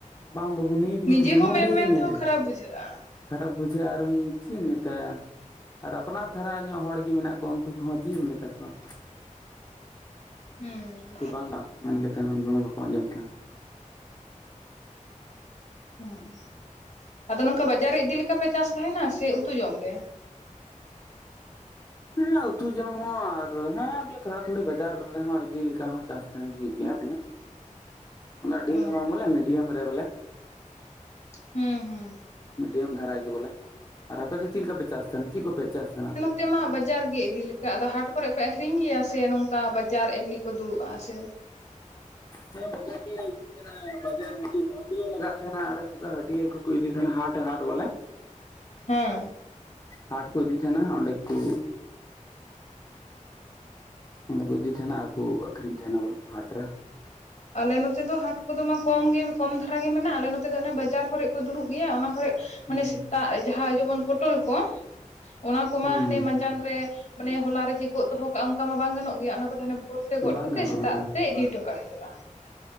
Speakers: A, on the left; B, on the left.
A: ᱵᱟᱝ ᱵᱟᱹᱵᱩ ᱱᱤᱛᱜᱤ
B: ᱱᱤᱡᱮ
A: ᱛᱟᱦᱮᱸ ᱠᱟᱱᱟ
B: ᱦᱚᱸ
A: ᱱᱚᱸᱰᱮ
B: ᱢᱮᱱ
A: ᱜᱤᱧ
B: ᱢᱮᱱ
A: ᱧᱮᱞᱞᱮᱫᱮ
B: ᱛᱮᱦᱚᱸ ᱠᱷᱟᱨᱟᱯ ᱵᱩᱡᱷᱟᱹᱜᱼᱟ
A: ᱠᱷᱟᱨᱟᱯ ᱵᱩᱡᱷᱟᱹᱜ-ᱟ ᱟᱨᱮᱢ ᱪᱤᱢ ᱢᱮᱛᱟᱭᱟ ᱟᱨ ᱟᱯᱱᱟᱨ ᱫᱷᱟᱨᱟ ᱧᱚᱜ ᱦᱚᱲ ᱜᱮ ᱢᱮᱱᱟᱜ ᱠᱚᱣᱟ ᱩᱱᱠᱩ ᱠᱚᱦᱚᱸ ᱪᱤᱵᱤ ᱢᱮᱛᱟ ᱠᱚᱣᱟ᱾
B: ᱦᱩᱸ
A: ᱵᱟᱝ ᱢᱮᱱ ᱠᱟᱛᱮ ᱦᱚᱸ ᱵᱟᱠᱚ ᱟᱸᱡᱚᱢ ᱛᱟᱦᱮᱱ
B: ᱦᱮᱸ, ᱟᱫᱚ ᱱᱚᱝᱠᱟ ᱵᱟᱡᱟᱨ ᱨᱮ ᱤᱫᱤ ᱞᱮᱠᱟ ᱯᱮ ᱪᱟᱥ ᱛᱟᱦᱮᱱᱟ ᱥᱮ ᱩᱛᱩ ᱡᱚᱢ ᱜᱮ?
A: ᱦᱮᱸ ᱩᱛᱩ ᱡᱚᱢ ᱦᱚᱸ ᱟᱨ ᱦᱮᱸ ᱵᱚᱞᱮ ᱛᱷᱚᱲᱟ ᱛᱷᱩᱲᱤ ᱵᱟᱡᱟᱨ ᱨᱮᱦᱚᱸ ᱤᱫᱤ ᱞᱮᱠᱟ ᱦᱚᱸ ᱪᱟᱥ ᱛᱟᱦᱮᱱ ᱦᱩᱭᱩᱜ ᱜᱮᱭᱟ ᱵᱚᱞᱮ᱾ ᱩᱱᱟᱹᱜ ᱰᱷᱮᱨ
B: ᱚ
A: ᱵᱟᱝ ᱦᱚᱸ ᱵᱚᱞᱮ ᱢᱤᱰᱤᱭᱟᱢ ᱨᱮ ᱵᱚᱞᱮ᱾
B: ᱦᱮᱸ ᱦᱮᱸ᱾
A: ᱢᱤᱰᱤᱭᱟᱢ ᱫᱷᱟᱨᱟ ᱜᱮ ᱵᱚᱞᱮ ᱟᱨ ᱟᱯᱮ ᱫᱚ ᱪᱮᱫ ᱞᱮᱠᱟᱯᱮ ᱪᱟᱥ ᱛᱟᱦᱮᱱᱟ ᱪᱮᱫ ᱠᱚᱯᱮ ᱪᱟᱥ ᱛᱟᱦᱮᱱᱟ?
B: ᱛᱮ ᱢᱟ ᱵᱟᱡᱟᱨ ᱜᱮ ᱤᱫᱤ ᱞᱮᱠᱟ ᱟᱫᱚ ᱦᱟᱴ ᱠᱚᱨᱮᱜ ᱯᱮ ᱟᱠᱷᱨᱤᱧ ᱜᱮᱭᱟ ᱥᱮ ᱱᱚᱝᱠᱟ ᱵᱟᱡᱟᱨ ᱮᱢᱱᱤ ᱠᱚ ᱫᱩᱲᱩᱵᱼᱟ ᱥᱮ
A: ᱦᱮᱸ ᱵᱡᱟᱨ ᱞᱮ ᱤᱫᱤ ᱥᱮᱱᱟᱜ ᱵᱟᱡᱟᱨ ᱦᱟᱹᱴᱤ ᱦᱟᱹᱴᱭᱟᱹ ᱞᱟᱜᱟᱜ ᱛᱟᱦᱮᱸᱱᱟ ᱟᱞᱮ ᱥᱮᱫ ᱫᱚ ᱦᱟᱹᱴᱭᱟᱹ ᱠᱚᱠᱚ ᱤᱫᱤᱭ ᱛᱟᱦᱮᱸᱱᱟ ᱦᱟᱴ ᱦᱟᱴ ᱵᱚᱞᱮ
B: ᱦᱮᱸ᱾
A: ᱦᱟᱴ ᱠᱚ ᱤᱫᱤ ᱛᱟᱦᱮᱸᱱᱟ ᱚᱸᱰᱮ ᱠᱩ ᱚᱸᱰᱮ ᱠᱚ ᱤᱫᱤ ᱛᱟᱦᱮᱱᱟ ᱟᱨ ᱠᱩ ᱟᱠᱷᱨᱤᱧ ᱛᱟᱦᱮᱱᱟ ᱵᱚᱞᱮ ᱦᱟᱴ ᱨᱮ᱾
B: ᱟᱞᱮ ᱱᱚᱛᱮ ᱫᱚ ᱦᱟᱴ ᱠᱚᱫᱚ ᱢᱟ ᱠᱚᱢ ᱜᱮ ᱠᱚᱢ ᱫᱷᱟᱨᱟ ᱜᱮ ᱢᱮᱱᱟᱜᱼᱟ, ᱟᱞᱮ ᱱᱚᱛᱮ ᱫᱚ ᱚᱱᱮ ᱵᱟᱡᱟᱨ ᱠᱚᱨᱮ ᱠᱚ ᱫᱩᱲᱩᱵ ᱜᱮᱭᱟ ᱚᱱᱟ ᱠᱚᱨᱮᱜ
A: ᱦᱩᱸ
B: ᱢᱟᱱᱮ ᱥᱮᱛᱟᱜ ᱡᱟᱦᱟᱸ ᱡᱮᱢᱚᱱ ᱯᱚᱴᱚᱞ ᱠᱚ, ᱚᱱᱟ ᱠᱚᱢᱟ
A: ᱦᱩᱸ
B: ᱦᱟᱱᱮ
A: ᱦᱩᱸ
B: ᱢᱟᱸᱡᱟᱱ ᱨᱮ ᱢᱟᱱᱮ ᱦᱚᱞᱟ ᱨᱮ ᱡᱮ ᱜᱚᱫᱽ ᱫᱚᱦᱚ ᱠᱟᱜᱼᱟ ᱚᱱᱠᱟ ᱢᱟ ᱵᱟᱝ ᱜᱟᱱᱚᱜ ᱜᱮᱭᱟ ᱚᱱᱟ ᱠᱚᱫᱚ ᱦᱟᱱᱮ ᱵᱷᱳᱨ ᱛᱮ ᱜᱚᱫ
A: ᱵᱟᱝ
B: ᱠᱟᱛᱮ
A: ᱜᱟᱱᱚᱜᱼᱟ
B: ᱥᱮᱛᱟᱜ
A: ᱚᱱᱟ ᱫᱚ
B: ᱛᱮ ᱤᱫᱤ ᱦᱚ ᱴᱚ ᱠᱟᱜ ᱦᱩᱭᱩᱜᱼᱟ᱾